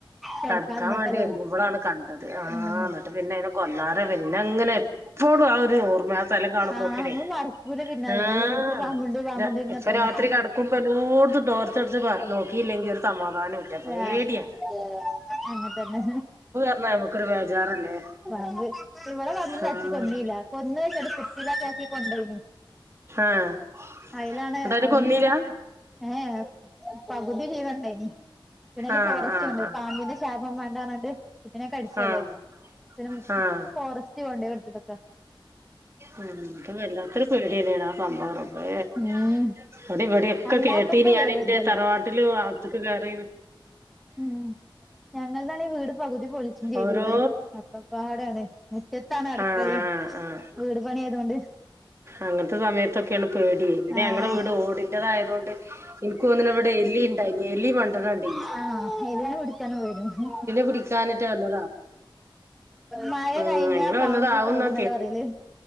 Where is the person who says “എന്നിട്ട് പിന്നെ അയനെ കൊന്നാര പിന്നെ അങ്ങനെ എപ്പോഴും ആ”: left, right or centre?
Right